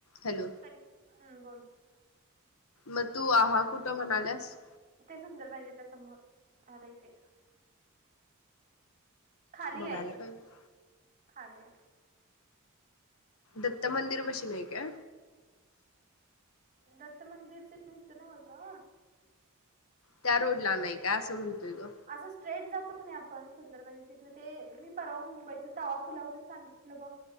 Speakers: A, on the left; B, on the right.
A: Hello
B: hello हम् बोल
A: मग तू
B: ते
A: आ कुठं म्हणाल्यास
B: ते सुंदर पाहिजेच्या समोर झालं इथे खाली
A: बघायला
B: आहे
A: पाहिजे
B: खाली आहे
A: दत्त मंदिर बशीन आहे का
B: दत्त मंदिर भेतनव का
A: त्या रोड ला नाही काय असं म्हणतोय ग
B: असं स्ट्रेट जातो नाही आपण सुंदरबाजी चथलं ते मी परवा मुंबईच तवा पुला होते सांगितलं ब